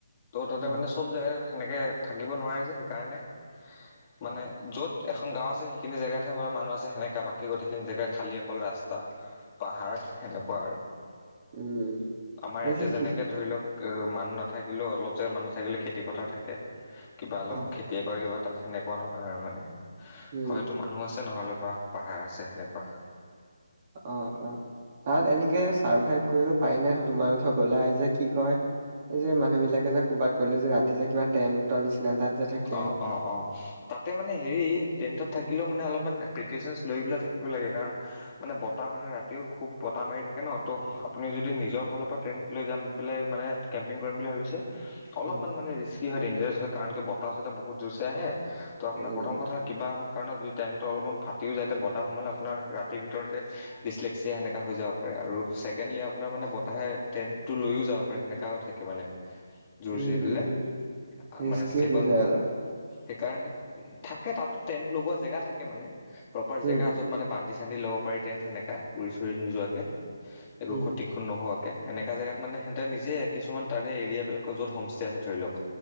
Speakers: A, on the left (about 30°); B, on the right (about 35°).
A: ত' তাতে
B: অ
A: মানে চব জেগাত সেনেকৈ থাকিব নোৱাৰে যে, সেইকাৰণে মানে য'ত এখন গাঁও আছে সেইখিনি জেগাতহে বাৰু মানুহ আছে, সেনেকা বাকী গোটেইখিনি জেগা খালি অকল ৰাস্তা, পাহাৰ সেনেকুৱা আৰু।
B: উম
A: আমাৰ ইয়াতে
B: এই যে
A: যেনেকে
B: কি
A: ধৰি লওক মানুহ নাথাকিলেও অলপ জেগা মানুহ নথাকিলেও খেতি পথাৰ থাকে। কিবা অলপ
B: অ
A: খেত কে কৰে কিবা তাত সেনেকুৱা নহয় আৰু মানে।
B: উম
A: হয়তো মানুহ আছে নহ'লে বা পাহাৰ আছে হেনেকুৱা।
B: অ, অ তাত এনেকে চাৰ্ভাইভ কৰিব পাৰি নাই, ন তোমালোঁ ধৰ গলা যে কি কয়! এই যে মানুহ বিলাকে যে, ক'ৰবাত গ'লে যে, ৰাতি যে কিবা টেন্ত এটা নিচিনা এটাত যে থাকে।
A: অ', অ' অ'। তাতে মানে হেৰি, টেত থাকিলেও মানে অলপমান প্ৰিকচন লৈ পেলাই থাকিব লাগে। কাৰণ মানে বতাহ মানে ৰাতিও খুব বতাহ মাৰি থাকে ন ত' আপুনি যদি নিজৰ ফালৰ পৰা ট্ৰেইন লৈ যাম পেলাই মানে কেম্পিং কৰিম বুলি ভাবিছে, অলপমান
B: উম
A: মানে ৰিস্কি হয়, ডেঞ্জাৰাছ হয়। কাৰণ বতাহ বহুত যোৰ চে আহে, তো আপোনাৰ
B: উম
A: প্ৰথম কথা কিবা কাৰণ যদি টেণ্টটো অলপমান ফাটি যায়তে, বতাহ সময়ে আপোনাৰ ৰাতিৰ ভিতৰতে ডিচলে্সিয়া সেনেকা হৈ যাব আৰু ছেকেণ্ডলি আপোনাৰ মানে বতাহে টেণ্টটো লৈয়ো যাব পাৰে, সেনেকাও থাকে মানে। জোৰ
B: উম
A: চে দিলে
B: উম, ৰিস্কি
A: মানে ষ্টেবল
B: হৈ যায়
A: নহয়
B: অলপ।
A: সেইকাৰণে থাকে তাত টেন্ট লগোৱা জেগা থাকে মানে। প্ৰপাৰ
B: উম
A: জেগা য'ত মানে বান্ধি চান্ধি ল'ব পাৰি টেণ্ট সেনেকা, উৰি চোৰি নোযোৱাকে। একো
B: উম
A: ক্ষতি নোহোৱাকে। এনেকা জেগাত মানে হেতে নিজে কিছুমান তাৰে এৰিয়াবিলাকৰ য'ত হোমষ্টে আছে ধৰি লওক,